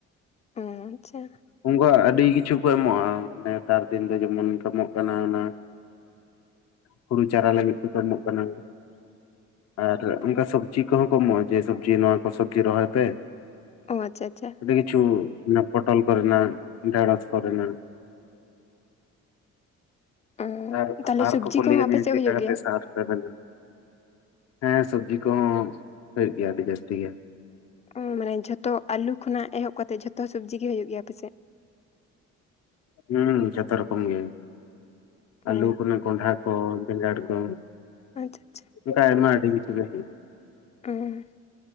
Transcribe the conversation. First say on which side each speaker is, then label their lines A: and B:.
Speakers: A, on the left; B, on the left.
A: ᱦᱩᱸ ᱟᱪᱪᱷᱟ
B: ᱩᱱᱠᱩᱣᱟᱜ ᱟᱹᱰᱤ ᱠᱤᱪᱷᱩ ᱠᱚ ᱮᱢᱚᱜᱼᱟ ᱱᱮᱛᱟᱨ ᱫᱤᱱ ᱫᱚ ᱡᱮᱢᱚᱱ ᱠᱟ ᱮᱢᱚᱜ ᱠᱟᱱᱟ ᱚᱱᱟ ᱦᱩᱲᱩ ᱪᱟᱨᱟ ᱞᱟᱹᱜᱤᱫ ᱠᱚᱠᱚ ᱮᱢᱚᱜ ᱠᱟᱱᱟ ᱟᱨ ᱚᱱᱠᱟ ᱥᱚᱵᱽᱡᱤ ᱠᱚᱦᱚᱸ ᱠᱚ ᱮᱢᱚᱜᱼᱟ ᱡᱮ ᱥᱚᱵᱡᱤ ᱱᱚᱣᱟ ᱠᱚ ᱥᱚᱵᱡᱤ ᱨᱚᱦᱚᱭ ᱯᱮ
A: ᱚ ᱟᱪᱪᱷᱟ ᱟᱪᱪᱷᱟ
B: ᱠᱤᱪᱩ <unintelligible> ᱚᱱᱟ ᱯᱚᱴᱚᱞ ᱠᱚᱨᱮᱱᱟ ᱰᱮᱲᱚᱥ ᱠᱚᱨᱮᱱᱟ
A: ᱚ
B: <unintelligible>
A: ᱛᱟᱦᱚᱞᱮ ᱥᱚᱵᱽᱡᱤ ᱠᱚᱦᱚᱸ ᱟᱯᱮ ᱥᱮᱫ ᱦᱩᱭᱩᱜ ᱜᱮᱭᱟ
B: ᱦᱮᱸ ᱥᱚᱵᱽᱡᱤ ᱠᱚᱦᱚᱸ ᱦᱩᱭᱩᱜ ᱜᱮᱭᱟ ᱟᱹᱰᱤ ᱡᱟᱹᱥᱛᱤ ᱜᱮ
A: ᱚ ᱢᱟᱱᱮ ᱡᱷᱚᱛᱚ ᱟᱞᱩ ᱠᱷᱚᱱᱟᱜ ᱮᱦᱚᱵ ᱠᱟ ᱠᱟᱛᱮᱜ ᱡᱷᱚᱛᱚ ᱥᱚᱵᱽᱡᱤ ᱜᱮ ᱦᱩᱭᱩᱜ ᱜᱮᱭᱟ ᱟᱯᱮᱥᱮᱫ
B: ᱦᱮᱸ ᱡᱚᱛᱚ ᱨᱚᱠᱚᱢ ᱜᱮ ᱟᱞᱩ
A: ᱚ
B: ᱠᱚ ᱠᱚᱱᱰᱷᱟ ᱦᱚᱭ ᱵᱮᱸᱜᱟᱲᱠᱚ
A: ᱟᱪᱪᱷᱟ ᱟᱪᱪᱷᱟ
B: ᱚᱱᱠᱟ ᱟᱭᱢᱟ ᱟᱹᱰᱤ ᱠᱤᱪᱷᱩᱜᱮ
A: ᱦᱩᱸ <unintelligible>